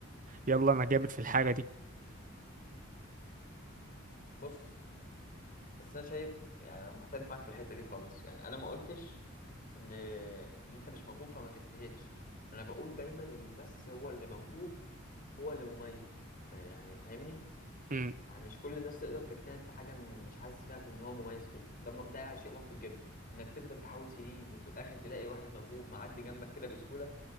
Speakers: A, on the right; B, on the left.
A: يلا انا جامد في الحاجة دي
B: بص بس انا شايف يعني انا مختلف معاك في الحته دي خالص يعني انا ما قلتش ان ان انت مش موهوب فما تجتهدش انا بقول دايما اللي بس هو اللي موهوب هو اللي مميز يعني فاهمني
A: م-
B: يعني مش كل الناس تقدر تجتهد في حاجه مش حاسس بيها بان هو مميز فيها ده م... ده شيء محبط جدا انك تفضل تحاول سنين وفي الاخر تلاقي واحد موهوب معدي جنبك كده بسهوله